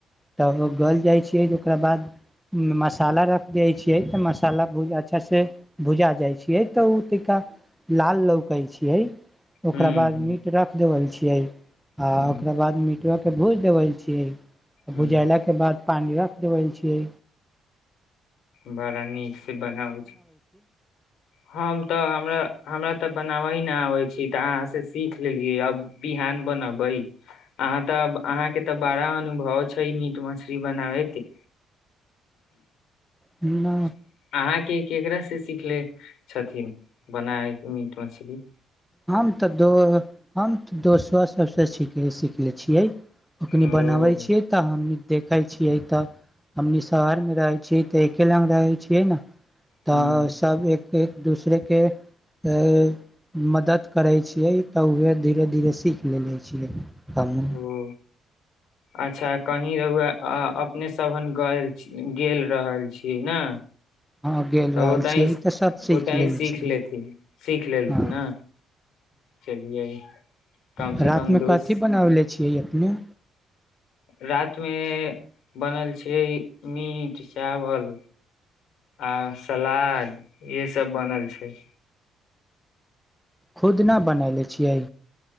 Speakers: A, in the centre; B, on the left.
A: तब गल जाइ छियै। ओकरा बाद मसाला दऽ दै छियै तऽ ओ नीकसँ भुजाइ छै। जखन मसाला तनिका लाल देखाइ लागै छै, तखन बुझाइ छै जे नीकसँ भुजाइ गेल। ओकरा
B: ह
A: बाद
B: ह
A: मीट रख देबल छी। यीईई आ
B: ह
A: ओकरा बाद मिटक त भुजि देबै छियै
B: ह
A: बुझयला के बाद पानि रखि देबै छियै
B: बड़ा नीक से बनाबै छी हम तऽ हमरा हमरा त बनाबै नहि आबै छी त अहाँ से सीख लेलियै अब बिहान बनबै अहाँ तऽ अहाँके तऽ बड़ा अनुभव छै मीट मछली बनाबैके
A: ना
B: अहाँके केकरास से सीख ले छथिन बनाए मीट मछली
A: हम तऽ दो हम तऽ दोस्तो सभसँ सीख सिखले छियै ओखनी
B: ओ
A: बनावे छीय तऽ हम देख देखै छियै तऽ हमनी शहरमे रहैत छियै तऽ एके लग रहै छियै ने
B: ह
A: तऽ सभ एक एक दूसरेके त मदद करै छियै तऽ वह धीरे धीरे सीख लेेले छियै फामू
B: ओ अच्छा कही रहुए अपने सबन गेल रहल छीय ने
A: हँ गेल
B: तऽ
A: रहल
B: ओतहि
A: छियै ई तऽ सब सीख
B: ओतहि
A: लेले
B: सीख
A: छी
B: लेथिन सीख लेलथिन
A: हँ
B: ने चलियै कम
A: ह
B: से कम
A: रति
B: दोस्त
A: मे कथि बनाले छी के अपने
B: रातिमे बनल छै मीट चावल आ सलाद इहसभ बनल छै
A: खुदना बनयलै छियै